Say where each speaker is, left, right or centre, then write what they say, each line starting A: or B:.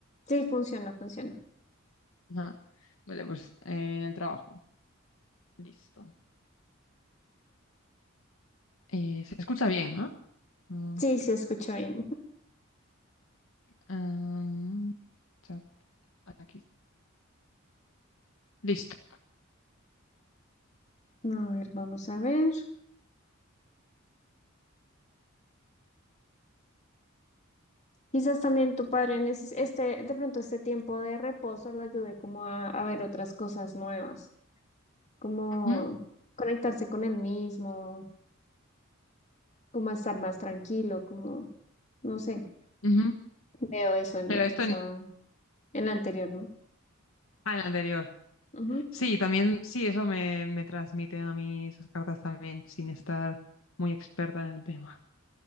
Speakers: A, on the left; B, on the left.
A: Sí, funciona, funciona.
B: Ajá. Vale, pues eh, en el trabajo. Listo. Eh, se escucha bien, ¿no? Mm,
A: Sí, se escucha bien.
B: am, chat, aquí. Listo.
A: Ujú. A ver, vamos a ver. Quizás también tu padre en ese- este, de pronto este tiempo de reposo lo ayude como a, a ver otras cosas nuevas, como
B: Ujú,
A: conectarse con él mismo, como a estar más tranquilo, como, no sé,
B: ujú.
A: veo eso en,
B: Pero
A: en
B: esto
A: esa,
B: en,
A: en la anterior, ¿no?
B: ah, en el anterior.
A: Ujú.
B: Sí, también, sí, eso me, me transmiten a mí esas cartas también, sin estar muy experta en el tema.